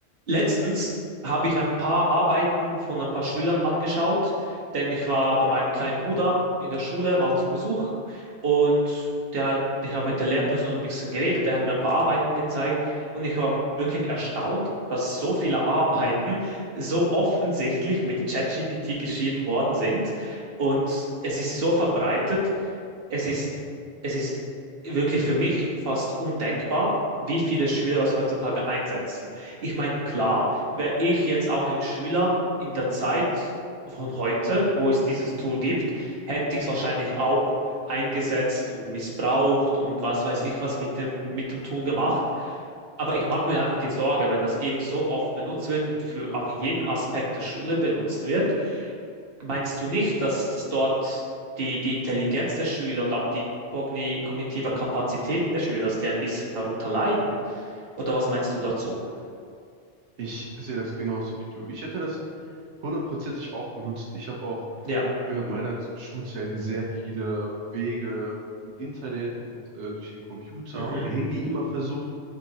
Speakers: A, on the right; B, on the right.
A: Letztens habe ich ein paar Arbeiten von ein paar Schülern angeschaut, denn ich war bei meinem kleinen Bruder in der Schule mal zu Besuch und der hat, ich habe mit der Lehrperson ein bisschen geredet, der hat mir ein paar Arbeiten gezeigt und ich war wirklich erstaunt, dass so viele Arbeiten so offensichtlich mit ChatGPT geschrieben worden sind und es ist so verbreitet, es ist, es ist wirklich für mich fast undenkbar, wie viele Schüler das heutzutage einsetzen. Ich meine, klar, wäre ich jetzt auch ein Schüler in der Zeit von heute, wo es dieses Tool gibt, hätte ich es wahrscheinlich auch eingesetzt und missbraucht und was weiß ich was mit dem, mit dem Tool gemacht. Aber ich mache mir einfach die Sorge, wenn das eben so oft benutzt wird und für auch jeden Aspekt der Schule benutzt wird, meinst du nicht, dass das dort die, die Intelligenz der Schüler und auch die kogni kognitive Kapazitäten der Schüler, dass die ein bisschen darunter leiden? Oder was meinst du dazu?
B: Ich sehe das genauso wie du. Ich hätte das hundertprozentig auch benutzt. Ich habe auch
A: Ja.
B: während meiner Schulzeit sehr viele Wege im Internet und äh, durch den Computer
A: Mhm.
B: und Handy immer versucht,